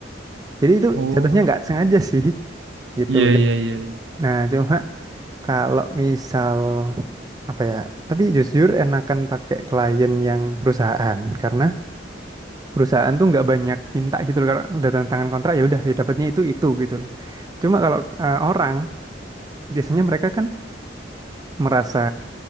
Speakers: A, on the right; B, on the right.
A: Jadi itu
B: Oh,
A: jatuhnya nggak sengaja sih <laughs> gitu.
B: iya iya iya. iya.
A: Nah, cuma kalau misal apa ya, tapi jujur enakan pakai klien yang perusahaan karena perusahaan tuh nggak banyak minta gitu loh. Kalau udah tanda tangan kontrak ya udah ya dapatnya itu itu gitu loh. Cuma kalau eh, orang biasanya mereka kan merasa